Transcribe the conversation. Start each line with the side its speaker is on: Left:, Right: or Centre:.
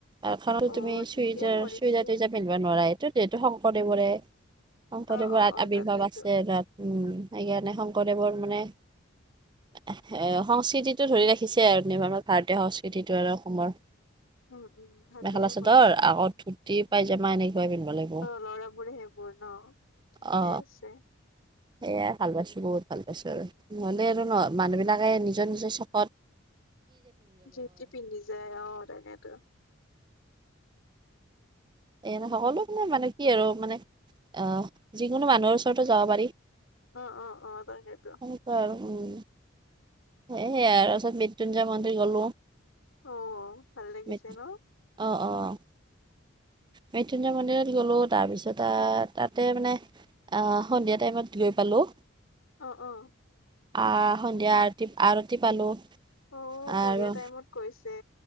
Right: পাৰ্কখনত
Left: অ
Right: তুমি
Left: ঠিকেই
Right: সুইদাৰ,
Left: কৰিছে
Right: চুইজাৰ-তুইজাৰ পিন্ধিব নোৱাৰা। এইটো যিহেতু শংকৰদেৱৰে, শংকৰদেৱৰ
Left: অ অ অ
Right: আৱিৰ্ভাৱ
Left: তাকেইতো
Right: আছে তাত উম। সেইকাৰণে শংকৰদেৱৰ মানে এ', সংস্কৃতিটো ধৰি ৰাখিছে আৰু আমাৰ ভাৰতীয় সংস্কৃতিটো আৰু অসমৰ।
Left: উম উম ভালেই
Right: মেখেলা-চাদৰ
Left: কৰিছে
Right: আকৌ ধূ্তি, পাইযামা এনেকুৱায়ে পিন্ধব লাগিব।
Left: অ', ল'ৰাবোৰে সেইবোৰ ন', ঠিকে
Right: অ
Left: আছে।
Right: সেয়াই ভাল পাইছোঁ, বহুত ভাল পাইছোঁ আৰু। নহ'লে
Left: উম
Right: আৰু ন'হ মানুহবিলাকে নিজৰ-নিজৰ চকত
Left: যি তি পিন্ধি যায় অ', তাকেটো।
Right: এনেই সকলো মানে-মানে কি আৰু মানে, আহ যিকোনো মানুহৰ ওচৰতো যাব পাৰি।
Left: অ', অ', অ', তাকেটো।
Right: সেইটোৱে আৰু। <unintelligible> সেইয়াই আৰু <unintelligible> মৃত্যুঞ্জয় মন্দিৰ গ'লো।
Left: অ', ভাল লাগিছে
Right: মৃত-
Left: ন।
Right: অ', অ'। মৃত্যুঞ্জয় মন্দিৰত গ'লো, তাৰপিছত তাতে মানে আহ, সন্ধিয়া টাইমত গৈ পালোঁ।
Left: অ', অ'।
Right: আহ, সন্ধিয়া আৰতি-আৰতি পালো।
Left: অ',
Right: আৰু
Left: বঢ়িয়া টাইমত গৈছে।